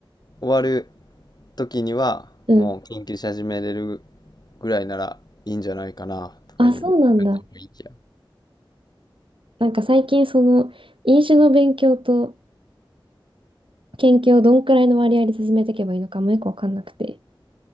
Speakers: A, on the left (about 50°); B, on the right (about 75°).
A: 終わる時にはもう研究し始めれる
B: うん。
A: ぐらいならいいんじゃないかなとかいう感じの雰囲気や。
B: あ、そうなんだ。なんか最近、その、飲酒の勉強と研究をどんくらいの割合で進めていけばいいのかもよくわかんなくて。